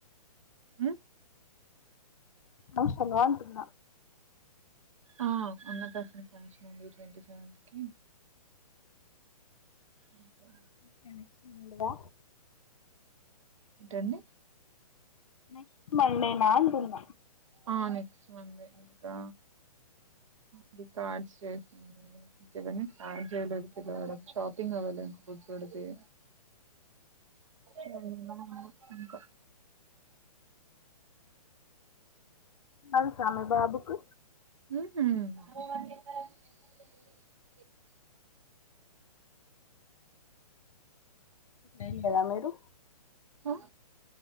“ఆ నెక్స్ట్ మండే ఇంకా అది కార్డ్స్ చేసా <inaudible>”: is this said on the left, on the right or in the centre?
Right